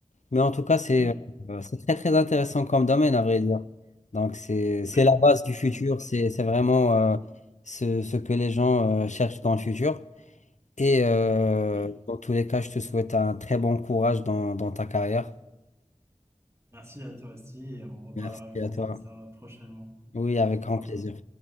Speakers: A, on the left; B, on the right.
A: Mais en tout cas, c'est
B: Oui,
A: euh, euh, c'est très très intéressant comme domaine, à vrai dire. Donc, c'est c'est
B: oui.
A: la base du futur,
B: Euh,
A: c'est c'est vraiment euh, ce, ce que les gens euh, cherchent dans le futur. Et euh,
B: ouais.
A: dans tous les cas, je te souhaite un très bon courage dans, dans ta carrière.
B: Merci à toi aussi et on reparlera,
A: Merci
B: je pense,
A: à toi.
B: de ça prochainement.
A: Oui, avec grand
B: Au revoir.
A: plaisir.